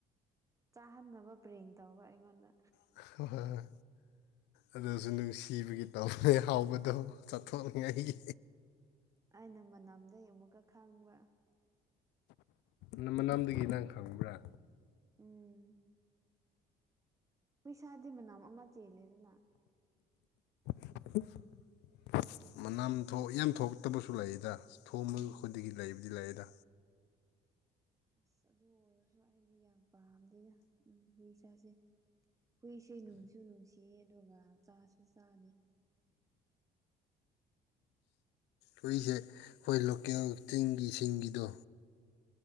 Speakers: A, on the right; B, on the left.
A: ꯆꯥꯍꯟꯅꯕ ꯄ꯭ꯔꯦꯡ ꯇꯧꯕ ꯑꯩꯉꯣꯟꯗ
B: ꯍꯣꯏ ꯑꯗꯨꯁꯨ ꯅꯨꯡꯁꯤꯕꯒꯤ ꯇꯧꯕ ꯍꯥꯎꯕꯗꯣ ꯆꯥꯊꯣꯛꯅꯤꯉꯥꯏꯒꯤ
A: ꯑꯩꯅ ꯃꯅꯝꯗꯒꯤ ꯑꯃꯨꯛꯀ ꯈꯪꯕ
B: ꯅꯪ ꯃꯅꯝꯗꯒꯤ ꯅꯪ ꯈꯪꯕ꯭ꯔꯥ
A: ꯎꯝ ꯍꯨꯢꯁꯥꯗꯤ ꯃꯅꯝ ꯑꯃ ꯆꯦꯜꯂꯦꯗꯅ
B: <inaudible> ꯃꯅꯝ ꯊꯣꯛ ꯌꯥꯝ ꯊꯣꯛꯇꯕꯁꯨ ꯂꯩꯗ ꯊꯣꯛ ꯈꯨꯗꯤꯡꯒꯤ ꯂꯩꯕꯗꯤ
A: ꯎꯝ
B: ꯂꯩꯗ
A: ꯑꯁ ꯑꯗꯨ ꯑꯣꯏꯔꯁꯨ ꯑꯩꯗꯤ ꯌꯥꯝ ꯄꯥꯝꯗꯦꯗ ꯎꯝ ꯍꯨꯏ ꯁꯥꯁꯦ ꯍꯨꯏꯁꯦ ꯅꯨꯡꯁꯨ ꯅꯨꯡꯁꯤꯌꯦ ꯑꯗꯨꯒ ꯆꯥꯁꯨ ꯆꯥꯗꯦ
B: ꯍꯨꯏꯁꯦ ꯑꯩꯈꯣꯏ ꯂꯣꯀꯦꯜ ꯇꯤꯟꯒꯤ ꯁꯤꯡꯒꯤꯗꯣ